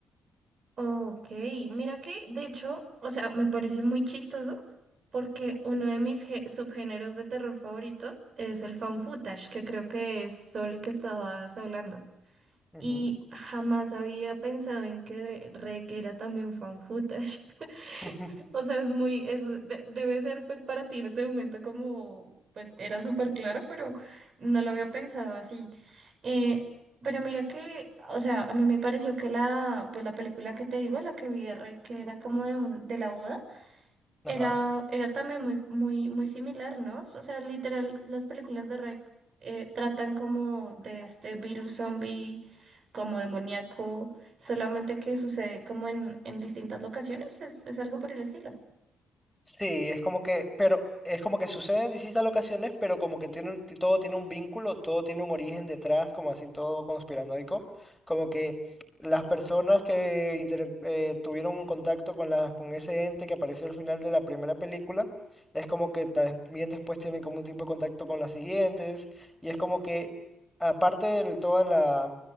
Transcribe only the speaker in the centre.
Ujú.
<laughs>
Ajá.
Sí, es como que, pero es como que sucede en distintas ocasiones, pero como que tiene, un- todo tiene un vínculo, todo tiene un origen detrás, como así todo conspiranoico, como que las personas que inter- eh, tuvieron un contacto con las con ese ente que apareció al final de la primera película, es como que también después tienen como un tipo de contacto con las siguientes, y es como que aparte de toda la